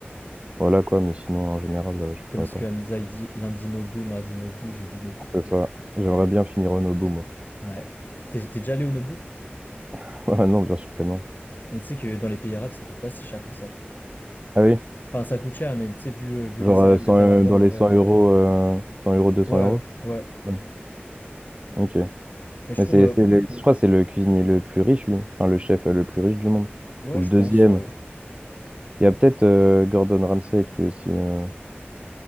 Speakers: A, on the right; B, on the left.
A: voilà, quoi. Mais sinon, en général, euh, je
B: Comme
A: pourrais
B: ce
A: pas.
B: que Hamza il dit, lundi Nobu, mardi Nobu, jeudi Nobu.
A: C'est ça. J'aimerais bien finir au Nobu, moi.
B: Ouais. T'es t'es déjà allé au Nobu?
A: <laughs> Ah non, bien sûr que non.
B: Et tu sais que dans les pays arabes, ça coûte pas si cher que ça.
A: Ah oui?
B: Enfin, ça coûte cher, mais tu sais, vu, euh, vu
A: Genre,
B: les salaires
A: euh, 100,
B: que t'as
A: euh,
B: là-bas,
A: dans
B: en
A: les
B: vrai.
A: 100 euros, euh, 100 euros, 200
B: Ouais,
A: euros?
B: ouais.
A: Ouais. Ok.
B: Mais je
A: Mais
B: trouve,
A: c'est,
B: euh,
A: c'est le- je crois que c'est le cuisinier le plus riche, lui. Enfin, le chef euh, le plus riche du monde.
B: ouais,
A: Ou le
B: je
A: deuxième.
B: pense, ouais.
A: Il y a peut-être euh, Gordon Ramsay qui est aussi. euh,